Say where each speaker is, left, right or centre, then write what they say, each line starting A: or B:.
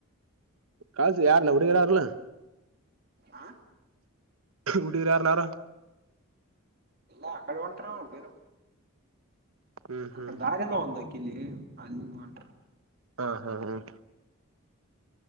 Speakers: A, on the right; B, on the right.
A: ಕಸು ಯಾರನ್ನ ಅಡಗರಾರಲ್ಲ
B: ಆ
A: ವಊಟಿಗೆರ ಯಾರನಾರು
B: ಅ ಕಡೆ ಒಂಟರ ಅವ ಬರ
A: ಹ್ಮ್ ಹ್ಮ್
B: ಅಡೆ ದಾರಿ ಎಲ್ಲ ಒಂದೋಗ ಅಲ್ಲಿ ಮಾಡ
A: ಹಾ ಹಾ ಹ್ಮ್